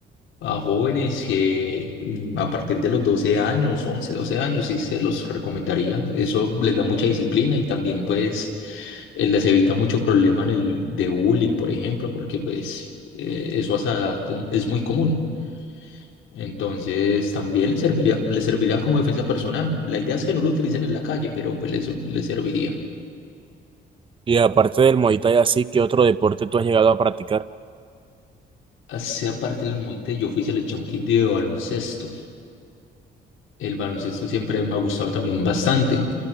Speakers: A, on the left; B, on the right.
A: a jóvenes que mm, a partir de los 12 años, 11 12 años, sí se los recomendaría. Eso les da mucha disciplina y también pues eh, les evita mucho problema en el de bullying, por ejemplo, porque pues eh, eso a esa edad es muy común. Entonces también les serviría, les serviría como defensa personal. La idea es que no lo utilicen en la calle, pero pues les, les serviría.
B: Y aparte del Muay Thai, así, ¿qué otro deporte tú has llegado a practicar?
A: Hacia parte del monte, yo fui selección quindío de baloncesto. El baloncesto siempre me ha gustado también bastante.